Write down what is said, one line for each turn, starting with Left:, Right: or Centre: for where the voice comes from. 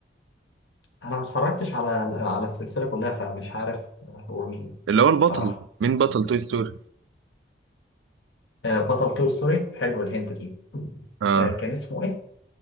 Left: انا ما اتفرجتش على على السلسلة كلها فمش عارف آه، هو مين
Right: اللي هو البطل
Left: بصراحة
Right: مين بطل توي ستوري
Left: آه، بطل توي ستوري حلو الهنت دي
Right: اه
Left: آه، كان اسمه ايه؟